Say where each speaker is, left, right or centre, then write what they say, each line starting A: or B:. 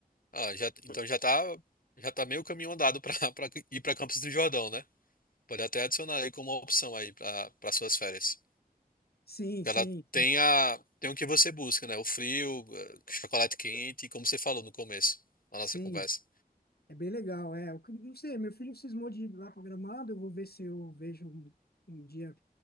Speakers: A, on the left; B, on the left.
A: Ah, já, então já tá, já tá meio caminho andado para <laughs> ir para Campos do Jordão, né? Pode até adicionar aí como uma opção aí para suas férias.
B: Sim,
A: que
B: sim,
A: Ela tem a, tem o que você busca, né? O frio, eh, chocolate quente, como você falou no começo, na
B: sim.
A: nossa conversa.
B: É bem legal, é. O que- Não sei, meu filho cismou de ir lá para Gramado, eu vou ver se eu vejo um, um dia